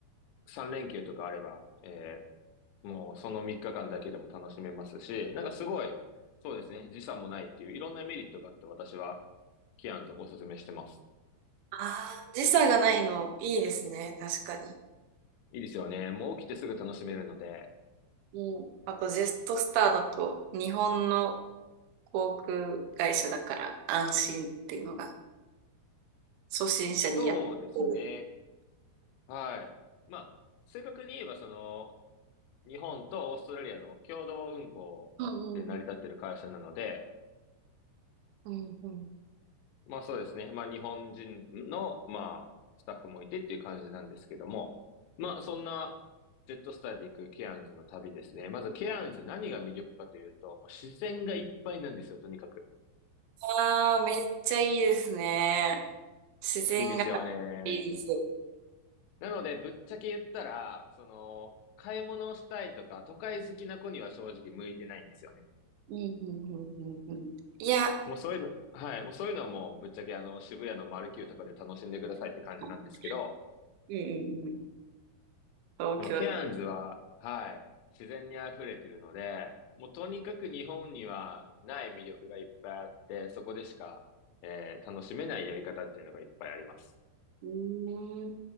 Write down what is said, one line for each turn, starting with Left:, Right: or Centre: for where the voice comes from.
Left: 3連休とかあれば、えーもうその3日間だけでも楽しめますし、なんかすごい、そうですね、時差もないっていういろんなメリットがあって私は、キアンズをおすすめしてます。
Right: あー時差がないの、いいですね。確かに。
Left: いいですよね。もう起きてすぐ楽しめるので。
Right: うん。あと、ジェットスターだと、日本の航空会社だから安心っていうのが、初心者にやってる。
Left: そうですね。はい。まあ、正確に言えば、その、日本とオーストラリアの共同運航で成り立っている会社なので、
Right: うんうんうん。うんうん。
Left: まあそうですね。まあ日本人の、まあスタッフもいてっていう感じなんですけども。まあそんなジェットスターで行くケアンズの旅ですね。まずケアンズ何が魅力かというと、もう自然がいっぱいなんですよ、とにかく。
Right: ああ、めっちゃいいですね。自然が
Left: いいですよね。
Right: いいです。
Left: なのでぶっちゃけ言ったら、その、買い物をしたいとか、都会好きな子には正直向いてないんですよね。
Right: うんうんうんうんうん。いや、
Left: もうそういうの、はい。もうそういうのはもうぶっちゃけあの渋谷のマルキューとかで楽しんでくださいって感じなんですけど、
Right: うんうんうん。東京で。
Left: でもケアンズは、はい、自然に溢れてるので、もうとにかく日本にはない魅力がいっぱいあって、そこでしか、えー楽しめないやり方っていうのがいっぱいあります。
Right: うーん。